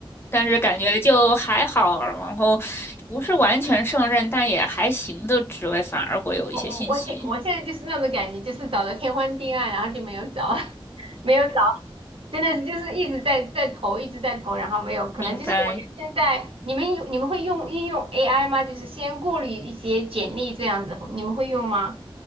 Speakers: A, on the left; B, on the right.
A: 但是感觉就还好，然后不是完全胜任，但也还行的职位，反而会有一些信息。
B: 我我我现我现在就是那种感觉，就是找的天昏地暗，然后就没有找，<laughs> 没有找，真的是就是一直在在投，一直在投，然后没有，可能就是我觉得现在你们有你们会用运用
A: 明白。
B: AI 吗？就是先过滤一些简历这样子，你们会用吗？